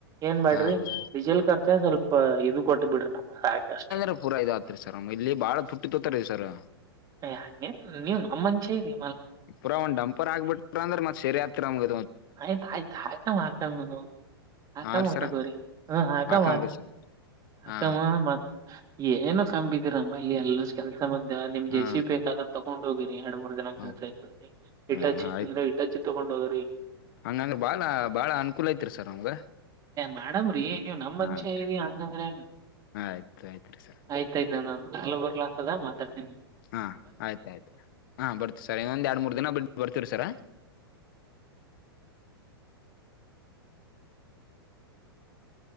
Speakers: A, on the right; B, on the left.
A: ಏನ್ ಮಾಡ್ಯಾಡ್ರಿ
B: ಹೌದ
A: ಡೀಜೆಲ್ಖರ್ಚ ಸ್ವಲ್ಪ ಇದು ಕೊಟ್ಟ ಬಿಡ್ರಿ ನ್. ಸಾಕಷ್
B: ಇ ಪೂರಾ ಆತ್ರಿ ಸರ್ ಇಲ್ಲಿ ಬಾಳ ತುಟ್ಟಿ ತೋತಾರೀ ಸರ್.
A: ಯೇ ಹಂಗೇನ್ ಇಲ್ರಿ ನೀವ್ ನಮ್ಮ್ ಮನಸ್ಯಾರಿ.
B: ಪುರ ಒಂದ್ ಡಂಪರ್ ಆಗ್ಬ ಬಿಿರ ಅಂದ್ರೆ ಮತ್ ಸರಿಯತ್ರತ್ಮಗ.
A: ಆಯ್ತ ಆಯ್ತ ಹಾಕ ಹಕಮಾ. ಹಕಾಮತ
B: ಹಾ ರೀ ಸರ
A: ಕೋರಿ ಹ ಆಗಾಮ
B: ಹಾಕಂಬ್ರಿ ಸರ್
A: ಆಗಮ
B: ಹಾ
A: ಮತ್. ಏನು ಕಂಬಿದಿರಮ್ಮ ಇಲ್ಲಿ ಎಲ್ಲ ಕೆಲ್ ಂ ನಿಮ್ ಜಸಿ
B: ಹಾ
A: ಬೇಕಾದ್ರೆ ತಗೊಂಡ್ ಹೋಗಿರಿ ಎರಡ್ ಮೂರ್ ಜನ ಕೆಲ್ಸ
B: ಹಾ
A: ಐತ
B: ಹ
A: ಇಚ್ಚಿ
B: ಆಯ್ತ್
A: ಇಚ್ಚಿ ತೊಗೊಂಡ ಹೋಗ
B: ಹಂಗಂದ್ರ ಬಾಳ ಬಾಳ ಅನುಕೂಲ ಐತಿರಿ ಸರ್ ನಮ್ಗ.
A: ಮೇಡಮ್ ರೀ ನೀವು ನಮ್ ಮನ್ಷ್ಯ
B: ಹಾ ಆಯ್ತ್ರಿ
A: ರಿ ಅಂತಂದ್ರೆ
B: ಆಯ್ತ್ ಆಯ್ತ್ರಿ ಸರ್
A: ಆಯ್ತಾಯ್ತ ನಾನ ನ ಬರ್ಲ ಆತದ ಮಾತಾಡ್
B: ಹಾ ಆಯ್ತ ಆಯ್ತು ಹಾ ಬರ್ತೀರಿ ಸರ್ ಇನ್ನೊಂದ್ ಎರಡ್ ಮೂರ್ ದಿನ ಬಿಟ್ಟು ಬರ್ತೀರಿ ಸರ.